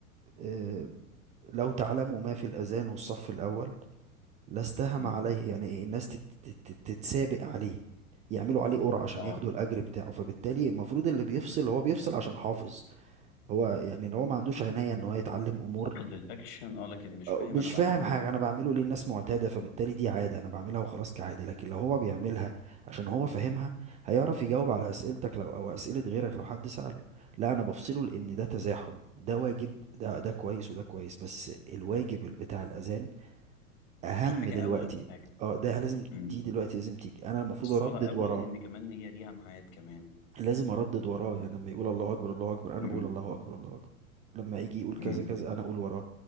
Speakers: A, on the right; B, on the left.
A: آه لو تعلموا ما في الاذان والصف الاول لا استهم
B: امم
A: عليه يعني الناس تت- تت- تت- تتسابق عليه يعملوا عليه قرعة عشان
B: اه
A: ياخدوا الأجر بتاعه فبالتالي المفروض اللي بيفصل هو بيفصل عشان حافظ هو يعني لو هو ما عندوش عناية ان هو يتعلم أمور
B: حافظ الاكشن اه لكن مش
A: أو
B: فاهم
A: مش
B: انا بعمله
A: فاهم حاجة
B: ليه
A: أنا بعمله ليه الناس معتادة فبالتالي دي عادة أنا بعملها وخلاص كعادة لكن لو هو بيعملها عشان هو فاهمها هيعرف يجاوب على أسئلتك لو أو أسئلة غيرك لو حد سأله لا أنا بفصله لأن ده تزاحم ده واجب ده ده كويس وده كويس بس الواجب بتاع الأذان اهم
B: في حاجه
A: دلوقتي
B: اولى من حاجه
A: اه ده لازم
B: امم
A: دي دلوقتي لازم تيجي انا المفروض
B: الصلاه
A: اردد
B: اولى
A: وراه
B: لان كمان هي ليها ميعاد كمان
A: لازم اردد وراه يعني لما يقول الله اكبر الله اكبر انا
B: امم
A: بقول الله اكبر الله اكبر لما يجي يقول كذا
B: امم
A: كذا انا اقول وراه